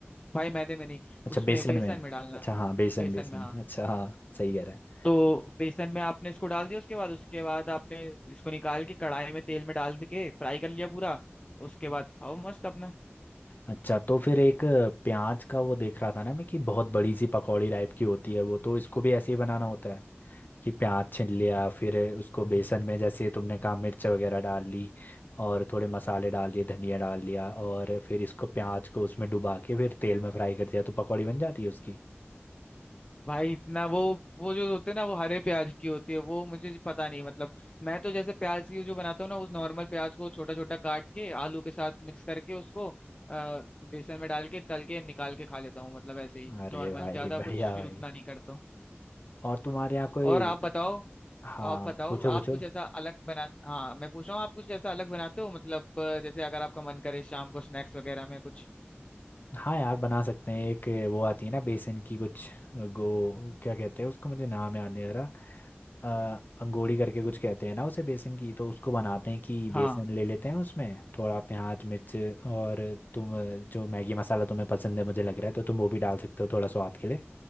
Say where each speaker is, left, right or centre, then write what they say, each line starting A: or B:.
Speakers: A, on the left; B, on the left.
A: भाई मैदे में नहीं
B: अच्छा
A: उसमें
B: बेसन
A: बेसन
B: में
A: में डालना
B: अच्छा हाँ बेसन
A: बेसन
B: बेसन
A: में हाँ
B: अच्छा हाँ सही कह रहा है
A: तो बेसन में आपने इसको डाल दिया उसके बाद उसके बाद आपने इसको निकाल के कढ़ाई में तेल में डाल के फ्राई कर लिया पूरा उसके बाद खाओ मस्त अपना
B: अच्छा तो फिर एक अ, प्याज का वो देख रहा था ना मैं कि बहुत बड़ी सी पकौड़ी टाइप की होती है वो तो इसको भी ऐसे ही बनाना होता है कि प्याज छील लिया फिर उसको बेसन में जैसे तुमने कहा मिर्च वगैरह डाल ली और थोड़े मसाले डाल लिए धनिया डाल लिया और फिर इसको प्याज को उसमें डुबा के फिर तेल में फ्राई कर दिया तो पकौड़ी बन जाती है उसकी
A: भाई इतना वो वो जो होते हैं ना वो हरे प्याज की होती है वो मुझे पता नहीं मतलब मैं तो जैसे प्याज की जो बनाता हूँ ना उस नॉर्मल प्याज को छोटा छोटा काट के आलू के साथ मिक्स करके उसको आ, बेसन में डाल के तल के निकाल के खा लेता हूँ मतलब ऐसे ही
B: अरे
A: नॉर्मल
B: भाई
A: ज्यादा
B: बढ़िया
A: कुछ
B: भाई
A: उतना नहीं करता हूँ
B: और तुम्हारे यहाँ कोई
A: और आप बताओ
B: हाँ
A: आप बताओ
B: पूछो पूछो
A: आप कुछ ऐसा अलग बना हाँ मैं पूछ रहा हूँ आप कुछ ऐसा अलग बनाते हो मतलब अ, जैसे अगर आपका मन करे शाम को स्नैक्स वगैरह में कुछ
B: हाँ यार बना सकते हैं एक वो आती है ना बेसन की कुछ गो क्या कहते हैं उसको मुझे नाम याद नहीं आ रहा अ, अंगोड़ी करके कुछ कहते हैं ना उसे बेसन की तो उसको बनाते हैं कि बेसन
A: हाँ
B: ले लेते हैं उसमें थोड़ा प्याज मिर्च और तुम अ, जो मैगी मसाला तुम्हें पसंद है मुझे लग रहा है तो तुम वो भी डाल सकते हो थोड़ा स्वाद के लिए